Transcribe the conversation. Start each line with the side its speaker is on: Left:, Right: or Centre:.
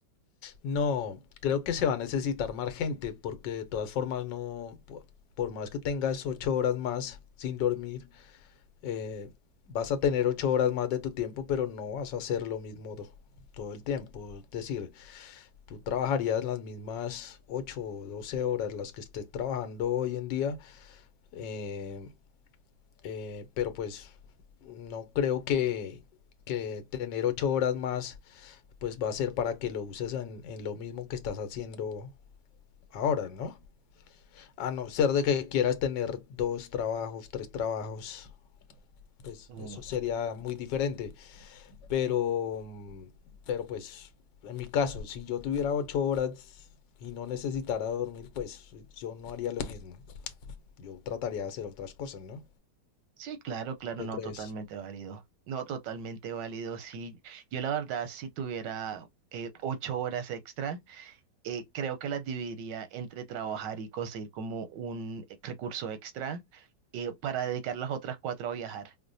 Left: No, creo que se va a necesitar más gente, porque de todas formas no, po- por más que tengas ocho horas más sin dormir, eh, vas a tener ocho horas más de tu tiempo, pero no vas a hacer lo mismo do- todo el tiempo. Es decir, Tú trabajarías las mismas 8, o 12 horas las que estés trabajando hoy en día, eh, eh, pero pues no creo que, que tener 8 horas más pues va a ser para que lo uses en, en lo mismo que estás haciendo ahora, ¿no? A no ser de que quieras tener dos trabajos, tres trabajos, pues
Right: Ujú.
Left: eso sería muy diferente. Pero, pero pues, en mi caso, si yo tuviera ocho horas y no necesitara dormir, pues yo no haría lo mismo. Yo trataría de hacer otras cosas, ¿no?
Right: Sí, claro, claro,
Left: ¿Qué
Right: no,
Left: crees?
Right: totalmente válido. No, totalmente válido. Sí, yo la verdad, si tuviera eh, ocho horas extra eh, creo que las dividiría entre trabajar y conseguir como un eh, recurso extra eh, para dedicar las otras cuatro a viajar.